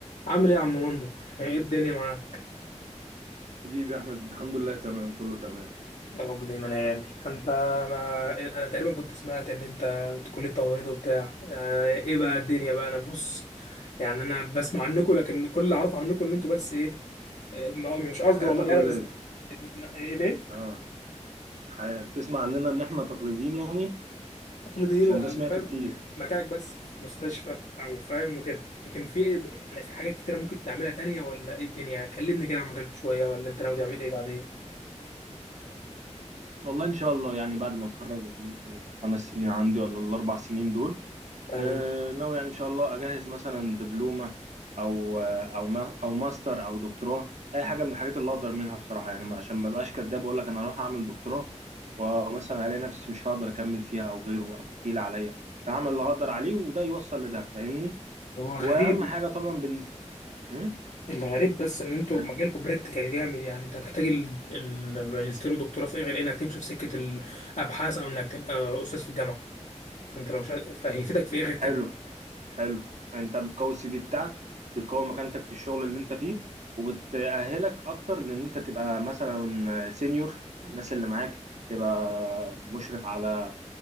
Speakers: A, on the left; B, on the right.
A: عامل ايه يا عم مندو ايه الدنيا معاك
B: حبيبي يا احمد الحمد لله تمام كله تمام
A: يا رب دايما يا غالي انت انا انا تقريبا كنت سمعت ان انت كلية تمريض وبتاع يعني ايه بقى الدنيا بقى انا بص يعني انا بسمع عنكم لكن كل اللي اعرفه عنكم ان انتوا بس ايه إيه، ما- مش قصدي
B: حياة
A: والله
B: تقليدية
A: انا بس ايه ليه
B: اه حياة بتسمع عننا ان احنا تقليديين يعني
A: تقليديين
B: عشان
A: و-
B: ده سمعته
A: فاهم
B: كتير
A: مكانك بس في مستشفى او فاهم وكده لكن في ايه يعني في حاجات كتيرة ممكن تعملها تانية ولا ايه الدنيا كلمني كده عن مجالك شوية ولا انت ناوي تعمل ايه بعدين
B: والله ان شاء الله يعني بعد ما اتخرج وخلص الخمس سنين عندي ولا الاربع سنين دول
A: يعني
B: آه، ناوي يعني ان شاء الله اجهز مثلا دبلومه او آه، او ما- او ماستر او دكتوراه اي حاجه من الحاجات اللي اقدر منها بصراحه يعني ما- عشان ما بقاش كداب اقول لك انا هروح اعمل دكتوراه ومثلا الاقي نفسي مش هقدر اكمل فيها او غيره او تقيل عليا فهعمل اللي هقدر عليه وده يوصل لده فاهمني
A: هو غريب
B: واهم حاجه طبعا بالنسبه مم؟
A: الغريب بس ان انتوا
B: كاري.
A: مجالكم براكتيكال جامد يعني انت هتحتاج ال- الماجستير والدكتوراه في ايه غير انك تمشي في سكه الابحاث او انك تبقى استاذ في الجامعه فانت لو شا... فهيفيدك في ايه غير
B: حلو
A: كده
B: حلو انت بتقوي السي في بتاعك بتقوي مكانتك في الشغل اللي انت فيه وبتأهلك اكتر لان انت تبقى مثلا سينيور على الناس اللي معاك تبقى مشرف على